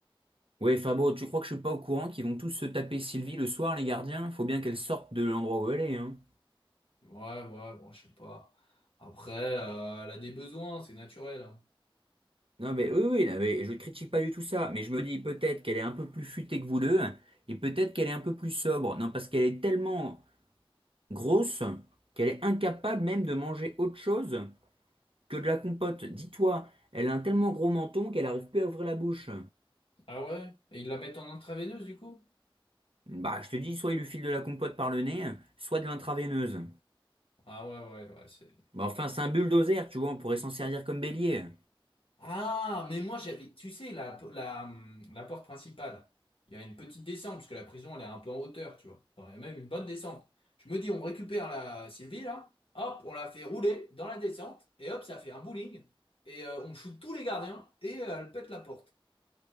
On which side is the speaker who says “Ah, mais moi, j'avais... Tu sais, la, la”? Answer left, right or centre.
Left